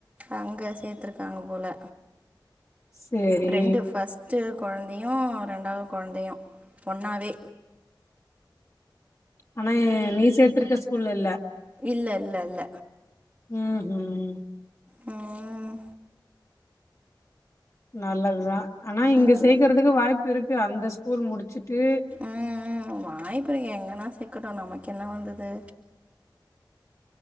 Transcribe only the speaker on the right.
அங்க சேர்த்தருக்காங்க போல
ரெண்டு ஃபஸ் ஸ்டு கொழந்தயு ரெண்டாவது கொழந்தயு பொன்னாவே
இல்ல இல்ல இல்ல
ம்ம்
நல்ல-
ம் ம் வாய்ப்பிருக் எங்கன்னா சேக்கட்டு நமக்கு என்ன வந்தது